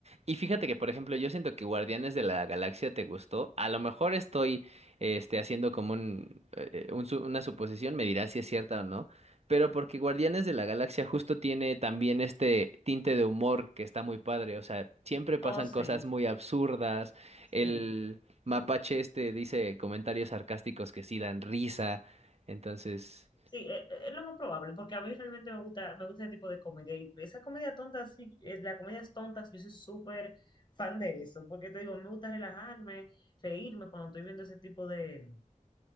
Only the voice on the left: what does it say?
Oh,
sí,
sí.
Sí, e- e- es lo más probable, porque a mí realmente me gusta, me gusta ese tipo de comedia. Y esa comedia tonta, sí, eh, las comedias tontas, yo soy súper fan de eso, porque te digo, me gusta relajarme, reírme cuando estoy viendo ese tipo de,